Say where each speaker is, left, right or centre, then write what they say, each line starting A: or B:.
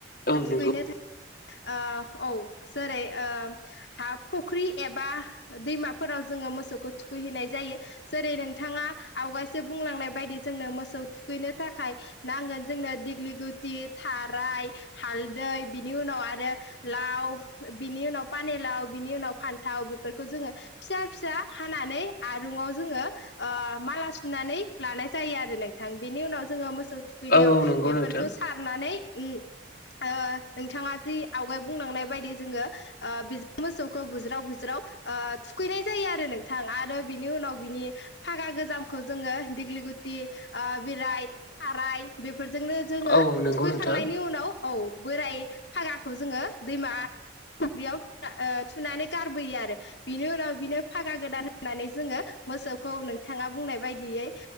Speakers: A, on the left; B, on the left.
A: औ
B: थुखैनो
A: नंगौ
B: आ औ। जेरै ओ हा फुख्रि एबा दैमाफोराव जोङो मोसौखौ थुखैहैनाय जायो जेरै नों नोंथाङा आवगायसो बुंलांनाय बायदि जोंनो मोसौ थुखैनो थाखाय नांगोन जोंनो दिग्लिगु बिदि थाराय हालदै बिनि उनाव आरो लाव बिनि उनाव पानि लाव बिनि उनाव फान्थाव बेफोरखौ जोङो फिसा फिसा हानानै आरुंआव जोङो ओ माला सुनानै लानाय जायो आरो नोंथां। बेनि उनाव जोङो मोसौ थुखैनायाव
A: औ औ नंगौ
B: बेफोरखौ
A: नोंथां
B: सारनानै ओम ओ नोंथाङा जि आवगाय बुंलांनाय बायदि जोङोजों ओ मोसौखौ बुज्राव बुज्राव ओ थुखैनाय जायो आरो नोंथां आरो बिनि उनाव बिनि फागा गोजामखौ जोङो दिग्लि गुटि बेराय खाराय बेफोरजोंनो जोङो
A: औ औ नंगौ
B: थुखैखांनायनि
A: नोंथां
B: उनाव औ बोराय फागाखौ जोङो दैमा फुख्रियाव ओ थुनानै गारबोयो आरो बिनि उनाव बिनो फागा गोदान होननानै जोङो मोसौखौ नोंथाङा बुंनाय बायदियै